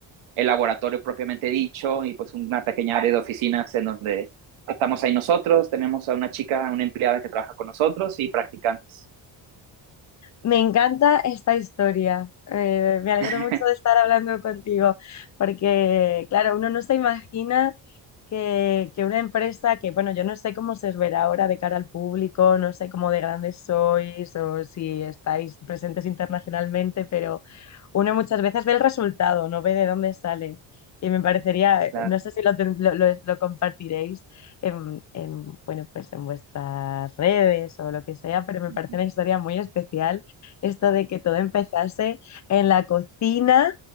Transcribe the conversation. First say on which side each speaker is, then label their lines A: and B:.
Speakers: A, on the right (about 90°); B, on the left (about 40°).
A: el laboratorio propiamente dicho y pues una pequeña área de oficinas en donde estamos ahí nosotros, tenemos a una chica, una empleada que trabaja con nosotros y practicantes.
B: Me encanta esta historia. Eh, me alegro
A: <laughs>
B: mucho de estar hablando contigo, porque, claro, uno no se imagina que, que una empresa que, bueno, yo no sé cómo se os verá ahora de cara al público, no sé cómo de grandes sois o si estáis presentes internacionalmente, pero uno muchas veces ve el resultado, no ve de dónde sale. Y me parecería,
A: Claro.
B: no sé si lo, ten- lo, lo- lo compartiréis en, en, bueno, pues en vuestras redes o lo que sea, pero me
A: Ujú.
B: parece una historia muy especial esto de que todo empezase en la cocina